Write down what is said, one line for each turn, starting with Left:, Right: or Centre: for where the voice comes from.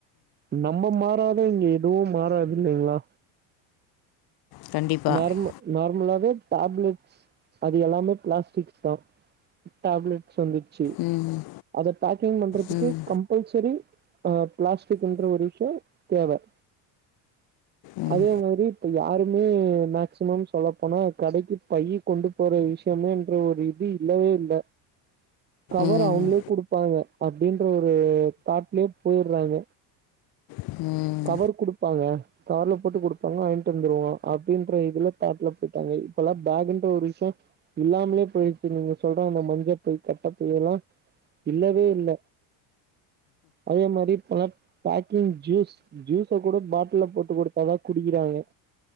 Right: நம்ம மாறாத இங்க எ துவும் மாறாதுல்ல எல்லா
Left: கண்டிப்பாக
Right: நார்ம நார்மலா டேப்லெட்ஸ் அது எல்லாமே பிளாஸ்டிக்ஸ் தான் டேப்லெட்ஸ் வந்துச்சு
Left: ம்
Right: அத பேக்கிங் பண்றதுக்கு
Left: ம்
Right: கம்பல்சரி ஆ பிளாஸ்டிக்ன்ற ஒரு விஷயம் தேவ
Left: ம்
Right: அதே மாரி இப்ப யாருக்கு மே மேக்சிமம் சொல்ல போனா கடைக்கு பை கொண்டு போற விஷயமென்ற ஒரு இது இல்லவே இல்ல கவர்
Left: ம்
Right: அவங்களே குடுப்பாங்க அப்டின் ஒரு தாட்லயே போய்றாங்க
Left: ம்
Right: கவர்ரு குடுப்பாங்க கவர்ல போட்டு குடுப்பாங்க வாயின்ட்டு வந்துடுவோம் ஆ ப்படின்ற இதுல தாட்ல போயிட்டாங்க ல்ல பேக்னு ஒரு விஷயம் இல்லாமலே போயிச்சு நீங்க சொல்றோ அந்த மஞ்ச பை கட்டை பை எல்லாம் இல்லவே இல்ல அதே மாரி இப்பலாம் பேக்கிங் ஜூஸ் ஜூஸை கூட பாட்ல போட்டு கொடுத்தாதான் குடிக்கிறாங்க